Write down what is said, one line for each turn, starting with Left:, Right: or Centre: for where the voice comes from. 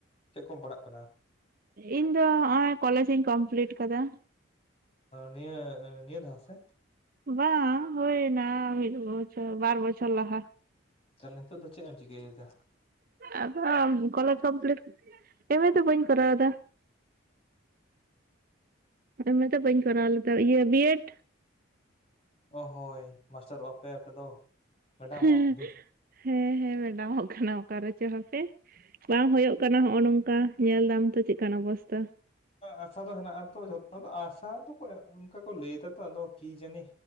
Left: ᱪᱮᱫ ᱠᱚᱢ ᱯᱟᱲᱦᱟᱜ ᱠᱟᱱᱟ?
Right: ᱤᱧ ᱫᱚ ᱱᱚ-ᱚᱭ ᱠᱚᱞᱮᱡ ᱤᱧ ᱠᱚᱢᱯᱤᱞᱴ ᱟᱠᱟᱫᱟ᱾
Left: ᱱᱤᱭᱟᱹ ᱱᱤᱭᱟᱹ ᱫᱷᱟᱣ ᱥᱮ?
Right: ᱵᱟᱝ ᱦᱩᱭᱱᱟ ᱢᱤᱫ ᱵᱚᱪᱚᱨ ᱵᱟᱨ ᱵᱚᱪᱚᱨ ᱞᱟᱦᱟ᱾
Left: ᱛᱟᱦᱚᱞᱮ ᱱᱤᱛᱚᱜ ᱫᱚ ᱪᱮᱫ ᱮᱢ ᱪᱤᱠᱟᱹᱭᱫᱟ?
Right: ᱟᱫᱚ ᱠᱚᱞᱮᱡᱽ ᱠᱚᱢᱯᱞᱤᱴ ᱮᱢᱮ ᱫᱚ ᱵᱟᱹᱧ ᱠᱚᱨᱟᱣ ᱫᱟ᱾ ᱮᱢ ᱮ ᱫᱚ ᱵᱟᱹᱧ ᱠᱚᱨᱟᱣ ᱞᱮᱫᱟ ᱤᱭᱟᱹ ᱵᱤᱭᱮᱰ
Left: ᱚ ᱦᱳᱭ ᱢᱟᱥᱴᱟᱨᱚᱜᱼᱟ ᱯᱮ ᱟᱯᱮ ᱫᱚ? ᱢᱮᱰᱟᱢᱚᱜ
Right: ᱦᱩᱸ
Left: ᱟᱯᱮ ᱫᱷᱩᱨ᱾
Right: ᱦᱮᱸ ᱦᱮᱸ ᱢᱮᱰᱟᱢᱚᱜ ᱠᱟᱱᱟ ᱚᱠᱟ ᱨᱮᱪᱚ ᱦᱚᱸᱯᱮ᱾ ᱵᱟᱝ ᱦᱩᱭᱩᱜ ᱠᱟᱱᱟ ᱱᱚ ᱱᱚᱝᱠᱟ ᱧᱮᱞ ᱫᱟᱢ ᱛᱚ ᱪᱮᱫᱠᱟᱱ ᱚᱵᱚᱥᱛᱟ?
Left: ᱟᱥᱟ ᱫᱚ ᱦᱮᱸᱱᱟᱜ ᱟ ᱛᱚ ᱡᱷᱚᱛᱚ ᱫᱚ ᱟᱥᱟ ᱫᱚ ᱠᱚ ᱚᱱᱠᱟ ᱠᱚ ᱞᱟᱹᱭ ᱫᱟᱛᱚ ᱟᱫᱚ ᱠᱤ ᱡᱟᱹᱱᱤ